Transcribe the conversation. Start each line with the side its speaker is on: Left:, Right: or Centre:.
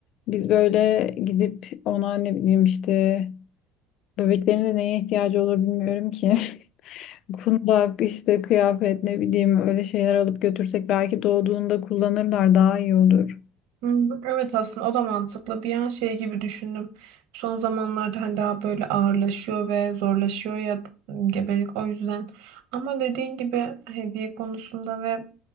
Left: biz böyle gidip ona ne bileyim işte bebeklerin de neye ihtiyacı olur bilmiyorum ki. <laughs> Kundak işte kıyafet ne bileyim öyle şeyler alıp götürsek belki doğduğunda kullanırlar daha iyi olur.
Right: Hmm, Evet aslında o da mantıklı. Bir an şey gibi düşündüm. Son zamanlarda hani daha böyle ağırlaşıyor ve zorlaşıyor ya gebelik o yüzden. Ama dediğin gibi hediye konusunda ve